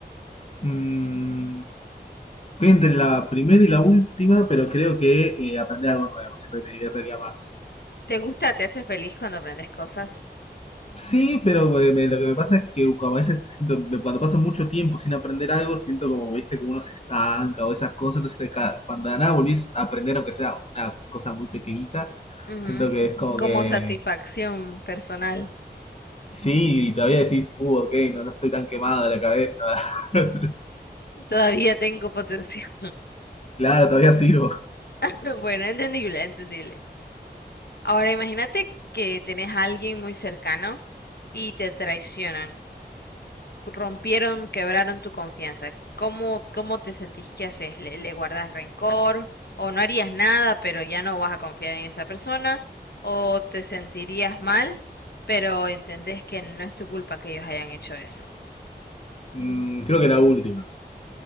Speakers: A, on the left; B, on the left.
A: Mm, estoy entre la primera y la última, pero creo que eh, aprender algo nuevo. Siento que me divertiría más.
B: ¿Te gusta, te hace feliz cuando aprendes cosas?
A: Sí, pero eh, me- lo que me pasa es que como a veces siento- me- cuando paso mucho tiempo sin aprender algo, siento como, viste, que uno se estanca o esas cosas, entonces ca- cuando de nada volvís a aprender, aunque sea una cosa muy pequeñita,
B: Ujú.
A: siento que es como
B: Como
A: que,
B: satisfacción personal.
A: sí, y todavía decís, uh, ok, no, no estoy tan quemado de la cabeza, <laughs>
B: Todavía tengo potencial.
A: claro, todavía sirvo.
B: <laughs> Bueno, entendible, entendible. Ahora imagínate que tenés a alguien muy cercano y te traicionan, rompieron, quebraron tu confianza. ¿Cómo, cómo te sentís? ¿Qué haces? ¿Le, le guardas rencor? ¿O no harías nada, pero ya no vas a confiar en esa persona? ¿O te sentirías mal, pero entendés que no es tu culpa que ellos hayan hecho eso?
A: Mm, creo que la última,